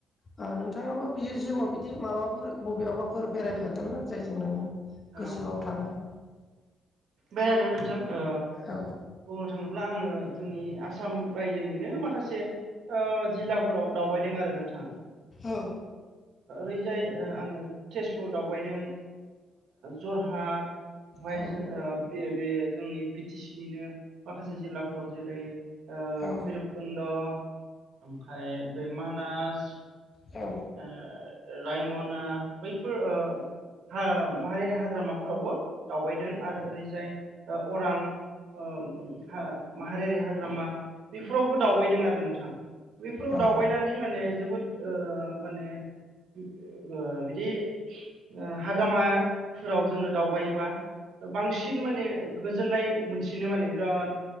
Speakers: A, on the left (about 40°); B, on the right (about 70°).
A: ओ नोंथाङाबो बियो जिउवा बिदि माबाफोर बबेयावबा फोर बेरायफेरदोंना जायजों नोङो
B: औ
A: गोसोआव थानाय
B: बेरायदों नोंथां ओ
A: औ
B: बुंनो थाङोब्ला आङो जोंनि आ साम रायजोनिनो माखासे ओव जिल्लाफोराव दावबायदों आरो नोंथां
A: औ
B: बैजाय आङो तेजपुर दावबायदों जरहाट फाय
A: औ
B: जों ओ बे-बे जोंनि बि टि सि निनो माखासे जिल्लाफ्राव जेरै ओ
A: औ
B: भैरबकुन्द ओमफ्राय बे मानास
A: औ
B: ओ रायमना बैफोर ओ हा माहारियारि हाग्रामाफोरावबो दावबायदों आरो ओरैजाय अरां ओम था माहारियारि हाग्रामा बेफोरावबो दावबायदों आरो नोंथां। बैफोराव
A: औ
B: दावबायनानै माने जोबोद ओ माने ओ बिदि ओ हाग्रामाफोराव जोङो दावबायोबा बांसिन माने गोजोननाय मोनसिनो माने बिराद